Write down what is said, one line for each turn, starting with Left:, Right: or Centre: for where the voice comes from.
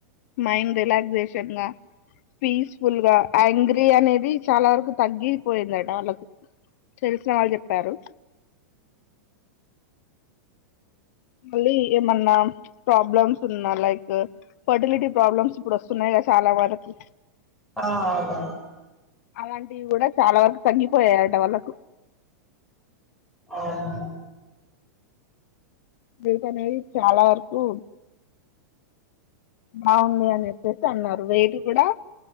Left: మైండ్ రిలాక్సేషన్ గా పీస్ఫుల్ గా యాంగ్రీ అనేది చాలా వరకు తగ్గిపోయిందట వాళ్ళకు. తెలిసిన వాళ్ళు చెప్పారు. మళ్ళీ ఏమన్నా ప్రాబ్లమ్స్ ఉన్నా, లైక్ ఫర్టిలిటీ ప్రాబ్లమ్స్ ఇప్పుడు వస్తున్నాయి కదా, చాలా వరకు
Centre: ఆ అవును
Left: అలాంటివి కూడా చాలా వరకు తగ్గిపోయాయి అంట వాళ్ళకు.
Centre: అవునా?
Left: వెయిట్ అనేది చాలా వరకు బాగుంది అని చెప్పేసి అన్నారు. వెయిట్ కూడా